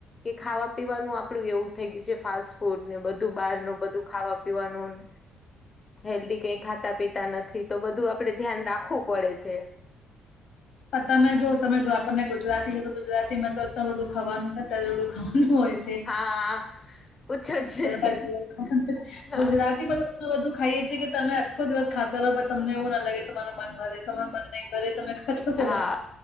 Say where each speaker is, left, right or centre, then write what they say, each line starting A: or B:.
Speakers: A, on the left (about 30°); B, on the left (about 80°).
A: કે ખાવા પીવાનું આપડું એવું થઈ ગયું છે ફાસ્ટ ફૂડ ને બધું બહાર નું બધું ખાવા પીવાનું હેલ્ધી કઈ ખાતા પીતા નથી તો બધું આપડે ધ્યાન રાખવું પડે છે
B: પણ તમે જો તમે આપણને ગુજરાતી છે તો ગુજરાતીમાં તો એટલું બધું ખાવાનું છે તરેલું ખાવાનું હોય
A: હા પૂછો જ નહી.
B: પાછ
A: હા
B: ગુજરાતીમાં તો આટલુ બધ ખાઈએ છીએ કે તમે આખો દિવસ ખાતા રહો પણ તમને એવું ના લાગે તમાર મન ભરે તમાર મન નહીં ભરે તમે ખાતા નું છે
A: હા